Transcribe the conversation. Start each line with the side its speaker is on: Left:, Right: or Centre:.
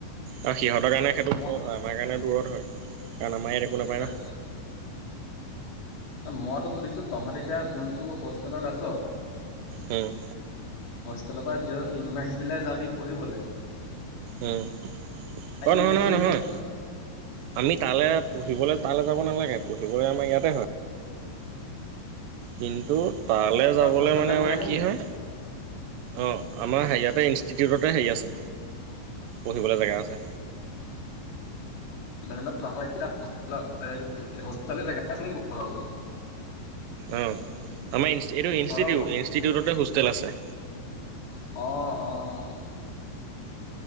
Right: আৰু সিহঁতৰ কাৰণে সেইটো ওচৰত
Left: মই
Right: হয় আমাৰ কাৰণে দূৰত হয় কাৰণ আমাৰ এক একো
Left: গম
Right: নাপায়
Left: পাইছো
Right: ন৷
Left: মইতো সুধিছো তহঁত এতিয়া যোনটো হোষ্টেলত আছ
Right: উম্।
Left: হোষ্টেলৰ পৰা <unintelligible> ইউনিভাৰ্চিটিলে যাবি পঢ়িবলে
Right: উম
Left: ইউনিভাৰ্চিটিৰ
Right: অ নহয়-নহয়-নহয়
Left: ওচৰত অ
Right: আমি তালে পঢ়িবলে তালে যাব নালাগে পঢ়িবলে আমাৰ ইয়াতে হয়। কিন্তু তালে
Left: তহঁতৰ
Right: যাবলে
Left: হোষ্টেলতে
Right: মানে
Left: পঢ়াই
Right: আমাৰ
Left: নেকি?
Right: কি হয় অঁ আমাৰ হে ইয়াতে ইনষ্টিটিউটতে হেৰি আছে পঢ়িবলে জেগা আছে।
Left: ধৰি ল তহঁতৰ <unintelligible> হোষ্টেলে জেগা আছে নেকি পঢ়াবলে?
Right: অ আমাৰ ই এইটো ইঞ্চিটিউট
Left: তহঁতৰ ঘ
Right: ইঞ্চিটিউটতে হোষ্টেল আছে।
Left: অ-অ।